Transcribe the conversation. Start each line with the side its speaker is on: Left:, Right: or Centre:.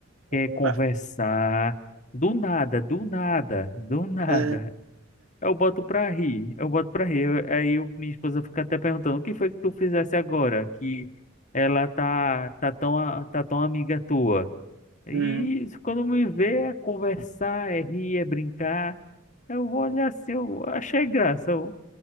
Right: opa,
Left: quer conversar. Do nada, do nada, do nada.
Right: é,
Left: Eu boto pra rir, eu boto pra rir. Eu- Aí eu, minha esposa fica até perguntando, o que foi que tu fizesse agora? Que ela tá, tá tão, a- tá tão amiga tua. E
Right: hum,
Left: isso, quando me vê é conversar, é rir, é brincar. Eu vou olhar assim, eu achei graça. Eu,